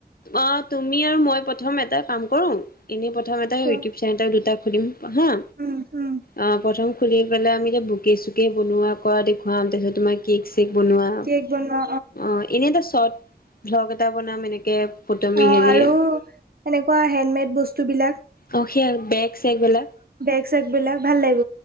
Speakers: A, on the left; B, on the right.
A: অ তুমি আৰু মই প্ৰথম এটা কাম কৰো, এনেই প্ৰথম এটা
B: কোৱা
A: ইউটিউব চেনেলৰ দুটা খুলিম হা।
B: উম হুম।
A: অ প্ৰথম খুলি পেলাই আমি এতিয়া বুকে চুকে বনোৱা কৰা দেখুৱাম, তাৰপিছত তোমাৰ কেক- বনোৱা।
B: কেক বনোৱা
A: অ এনেইটো শ্বৰ্ট ভ্লগ এটা বনাম এনেকে। ফটোমি
B: অ
A: হেৰি
B: আৰু এনেকুৱা হেণ্ডমেড বস্তু বিলাক,
A: অ সেইয়া বেগ চেগ বিলাক।
B: বেগ চেগ বিলাক ভাল লাগিব।